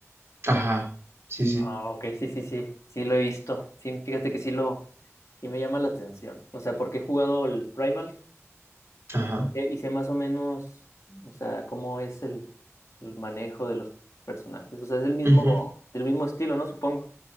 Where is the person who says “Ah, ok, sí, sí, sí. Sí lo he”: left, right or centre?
Left